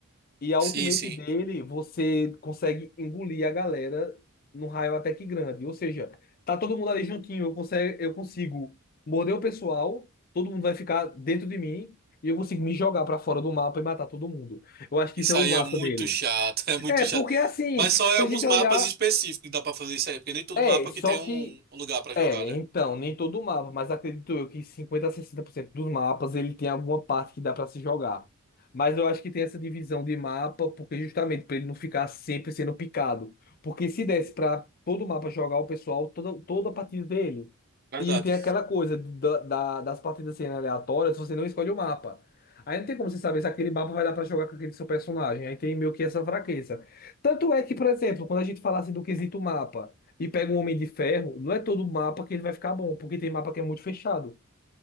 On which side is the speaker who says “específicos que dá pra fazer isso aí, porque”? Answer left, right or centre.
Right